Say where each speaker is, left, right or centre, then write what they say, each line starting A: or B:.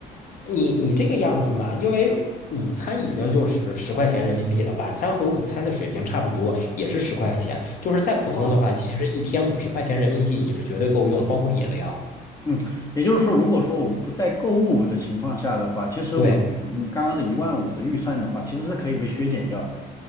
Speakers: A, on the left (about 55°); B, on the left (about 20°).
A: 你你这个样子嘛，因为午餐已经就是十块钱人民币了，晚餐和午餐的水平差不多，也是十块钱。就是再普通的话，
B: 哦，
A: 其实一天五十块钱人民币你是绝对够用，包括饮料。
B: 嗯，也就是说，如果说我不在购物的情况下的话，其实我嗯刚刚的一万五的预算的话，
A: 对
B: 其实是可以被削减掉的